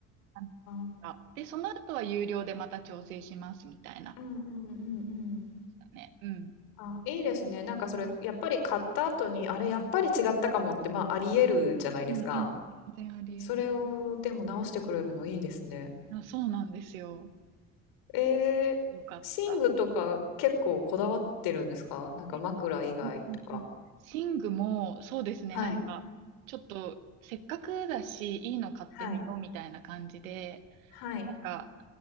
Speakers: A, on the right; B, on the left.
A: 感じが。
B: あ。
A: で、その後は有料でまた調整します、みたいな感
B: うんうんうんうん。
A: じでしたね。うん。
B: あ、いいですね。なんかそれ、
A: うん
B: やっぱり買った後に、あれ、やっぱり違ったかもって、まあ、あり得るじゃないですか。
A: うんうん。全然あり得る。
B: それを、でも直してくれるのいいですね。
A: あ、そうなんですよ。
B: えー、
A: よかった。
B: 寝具とか結構こだわってるんですかなんか枕以外とか。
A: えうんうんうん寝具も、そうですね、
B: はい。
A: なんか、ちょっと、せっかくだし、いいの買ってみようみたいな感じで、
B: はい。はい。
A: なんか、